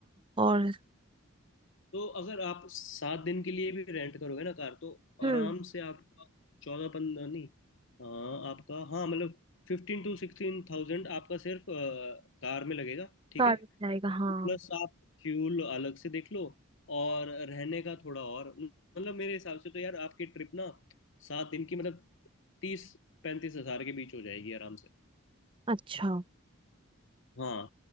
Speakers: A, on the right (about 25°); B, on the left (about 55°).
A: और
B: तो अगर आप सात दिन के लिए भी रेंट करोगे ना कार तो
A: हम्म
B: आराम से आपका चौदह पंद्रह नहीं हाँ आपका हाँ मतलब फिफ्टीन टू सिक्सटीन थाउजेंड आपका सिर्फ आ, कार में लगेगा ठीक
A: कार
B: है
A: जाएगा हाँ
B: प्लस आप फ्यूल अलग से देख लो और रहने का थोड़ा और मतलब मेरे हिसाब से तो यार आपकी ट्रिप ना सात दिन की मतलब तीस पैंतीस हजार के बीच हो जाएगी आराम से
A: अच्छा
B: हाँ